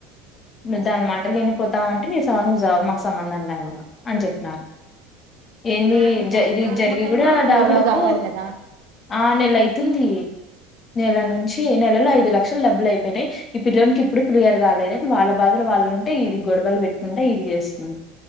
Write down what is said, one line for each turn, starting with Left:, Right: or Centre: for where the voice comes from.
Left: నువ్వు దాని మాటలు విని పోతామంటే నీ సావు నువ్వు సావు మాకు సంబంధం లే ఇంక అని చెప్పినారు ఏంది
Right: ఏమని
Left: ఇది జరిగి
Right: ఏమకైనా
Left: కూడా దాదాపు
Right: మొగుడు కావాలి కదా
Left: ఆ నెల అయితుంది నెల నుంచి నెలలో ఐదు లక్ష లక్షలు డబ్బులు అయిపోయినాయి ఈ పిల్లోని కి ఇప్పుడు క్లియర్ కాలేదు అని వాళ్ళ బాధలు వాళ్ళుంటే ఇది గొడవలు పెట్టుకుంట ఇది చేస్తుంది